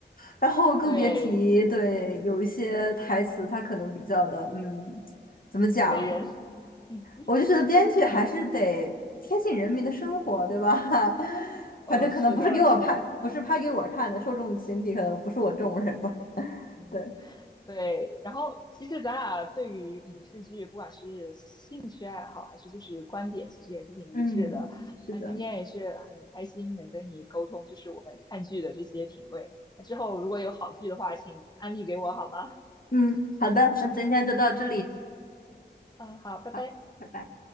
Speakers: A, on the left; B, on the left.
A: 然后更别提对有一些台词，
B: 对，
A: 它可能比较的，嗯，怎么讲？
B: 雷人，<laughs>
A: 我就觉得编剧还是得贴近人民的生活，对吧？<laughs>
B: 哦，
A: 反正可能不是给我拍，
B: 是的，是的，
A: 不是拍给我看的，受众群体可能不是我这种人吧。
B: 嗯。
A: 对，
B: 对，然后其实咱俩对于影视剧，不管是兴趣爱好还是就是观点，其实也是挺一致的。
A: 嗯，是的，
B: 那今天也是很开心能跟你沟通，就是我们看剧的这些品味。那之后如果有好剧的话，请安利给我好吗？
A: 嗯，好的，那今天就到这里，
B: 嗯，好，拜拜。
A: 好，拜拜。